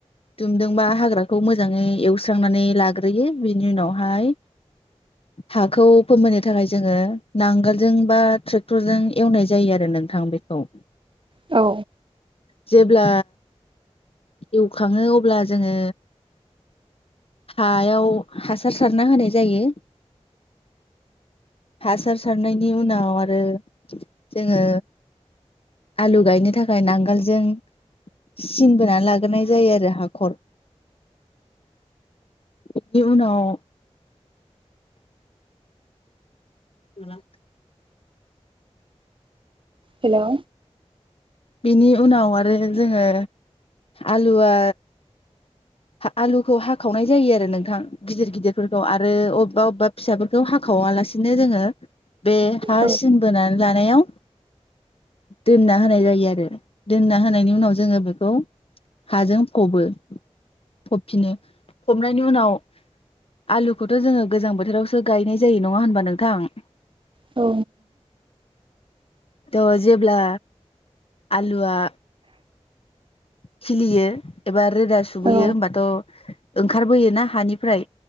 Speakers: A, on the left; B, on the right.
A: दुमदोंबा हाग्राखौ मोजाङै एवस्रांनानै लाग्रोयो बेनि उनावहाय हाखौ फोमोननो थाखाय जोङो नांगोलजों बा थ्रेक्टरजों एवनाय जायो आरो नोंथां बेखौ
B: औ
A: जेब्ला एवखाङो अब्ला जोङो हायाव हासार सारना होनाय जायो। हासार सारनायनि उनाव आरो जोङो आलु गायनो थाखाय नांगाल जों सिनबोनानै लाग्रोनाय जायो आरो हाखर बिनि उनाव <unintelligible>
B: हेलौ
A: बिनि उनाव आरो जोङो आलुआ आलुखौ हाखावनाय जायो आरो नोंथां गिदिर गिदिरफोरखौ आरो अबबा-अबबा फिसाफोरखौ हाखावालासिनो जोङो बे हा
B: औ
A: सिन बोनानै लानायाव दोनना होनाय जायो आरो दोनना होनायनि उनाव जोङो बेखौ हाजों फबो। फबफिनो फबनायनि उनाव आलुखौथ' जोङो गोजां बोथोरावसो गायनाय जायो नङा होनबा नोंथां?
B: औ
A: थ' जेब्ला आलुआ खिलियो बा रोदा सुबैयो
B: औ
A: होमबाथ' ओंखारबोयोना हानिफ्राय